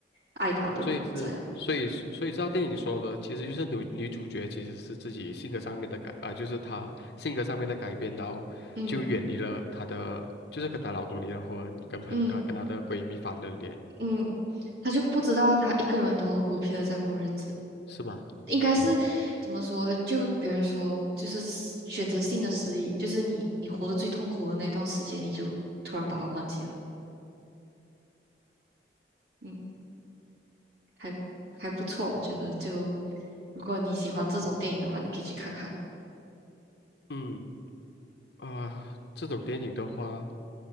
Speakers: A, on the right; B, on the left.
A: 爱她的人，
B: 所以是，
A: 这样，
B: 所以所以照电影说的，其实就是女女主角其实是自己性格上面的改啊、就是她性格上面的改变，然后就远离了她的，
A: 嗯
B: 就是跟她老公离了婚，跟朋啊、
A: 嗯
B: 跟她的闺蜜翻了脸，
A: 嗯，他就不知道他一个人都很孤僻的在过日子。
B: 是吧？
A: 应该是怎么说？就别人说，就是失选择性的失忆，就是你你活得最痛苦的那段时间，你就突然把它忘记了。嗯，还还不错，我觉得就如果你喜欢这种电影的话，你可以去看看。
B: 嗯啊、这种电影的话